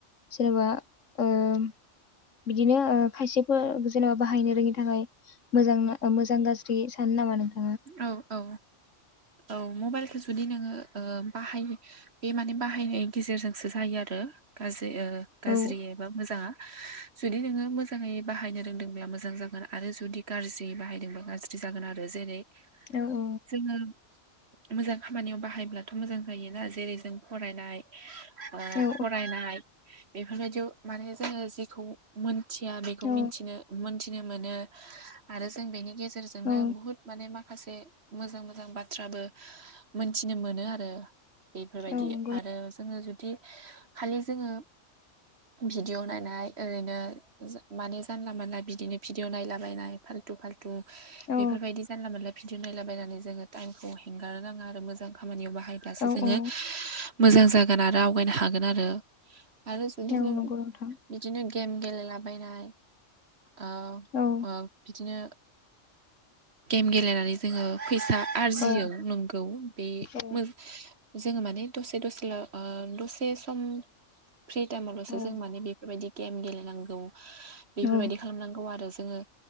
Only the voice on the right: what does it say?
औ औ औ मबाइलखौ जुदि नोङो ओ बाहायो बे माने बाहायनायनि गेजेरजोंसो जायो आरो गाज्रि ओ गाज्रि
एबा मोजाङा।
जुदि नोङो मोजाङै बाहायनो रोंदोंब्ला मोजां जागोन आरो जुदि गारजि बाहायदोंब्ला गाज्रि जागोन आरो जेरै
जोङो मोजां खामानियाव बाहायब्लाथ' मोजां जायोना जेरै जों फरायनाय ओ
फरायनाय बेफोरबायदियाव माने जोङो जिखौ मोन मिथिया बेखौ
मोनथिनो मोनथिनो मोनो आरो जों बेनि गेजेरजोंनो
बुहुत माने माखा माखासे मोजां मोजां बाथ्राबो मोनथिनो मोनो आरो। बेफोरबायदि
आरो जोङो जुदि खालि जोङो भिडिअ नायनाय ओरैनो जो माने जानला मानला बिदिनो भिडिअ नायलाबायनाय फाल्थु फाल्थु तु
बेफोरबायदि जानला मोनला बिदि नायलाबायनानै जोङो टाइमखौ हेंगारनो नाङा आरो मोजां खामानियाव बाहायब्लासो
जोङो
मोजां जागोन आरो आवगायनो हागोन आरो-आरो जुदि
जों
बिदिनो गेम गेलेलाबायनाय ओ
ओ बिदिनो गेम गेलेनानै जोङो फैसा आरजियो
नोंगौ बे
मो जोङो माने दसे दसेल' ओ दसे सम फ्रि टाइमावल'सो
जों माने बेफोरबायदि गेम गेलेनांगौ बेफोरबायदि
खालामनांगौ आरो जों जो